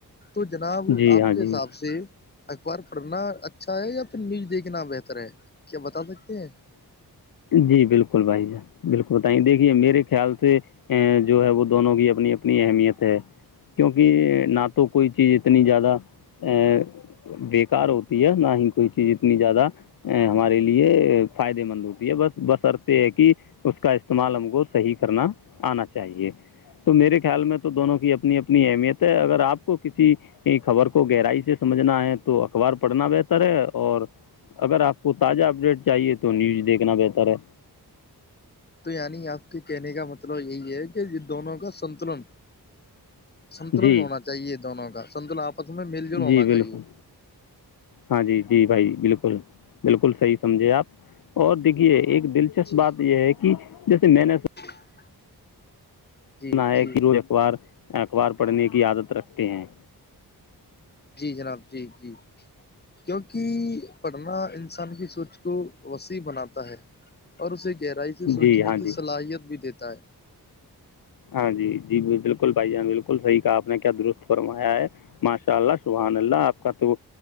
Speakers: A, on the left (about 25°); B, on the left (about 60°).
A: تو جناب
B: جی
A: آپ
B: ہاں
A: کے
B: جی
A: حساب سے ابار پڑھنا اچھا ہے یا پھر نیوز دیکھنا بہتر ہے کیا بتا سکتے ہیں
B: جی بالکل بھائی ج بالکل بتائیںے دیکھیے میرے خیال سے جو ہے وہ دونوں کی اپنی اپنی اہمیت ہے کیونکہ نہ تو کوئی چیز اتنی زیادہ ا بیکار ہوتی ہے نہ ہی کوئی چیز اتنی زیادہ ہمارے لیے فائدے مند ہوتی ہے بس بس ارت یہ ہے کہ اس کا استعمال ہم کو صحیح کرنا آنا چاہیے تو میرے خیال میں تو دونوں کی اپنی اپنی اہمیت ہے اگر آپ کو کسی خبر کو گہرائی سے سمجھنا ہے تو اخبار پڑھنا بہتر ہے اور اگر آپ کو تازہ اپڈیٹ چاہیے تو تو نیوز دیکھنا بہتر ہے
A: تو یعنی آپ کے کہنے کا مطلب مطلب یہی ہے کہ یہ دونوں کا سنتلن سنتلن
B: جی
A: ہونا چاہیے دونوں کا <unintelligible> جول ہونا
B: جی بالکل
A: چاہیے
B: ہاں جی جی بھائی بالکل بکل بالکل صحیح سمجھے آپ اور دیکھیے ایک دلچسپ
A: جی
B: بات یہ ہے کہ جیسے میں نے
A: <unintelligible> جی
B: نا
A: جی
B: کرو اخبار اخبار پڑھنے کی عادت رکھتے ہیں
A: جی جناب جی جی کیونکہ پڑھنا انسان کی سوچ کو وسیع بناتا ہے اور اسے گہرائی سے سوچنے
B: جی ہاں
A: کی
B: جی
A: صلاحیت بھی دیتے دائے
B: ہاں جی جی بالکل بھائی جان بالکل صحیح کہا آپ نے کیا درست فرمایا ہے ماشاء اللہ سبحان اللہ آپ کا تو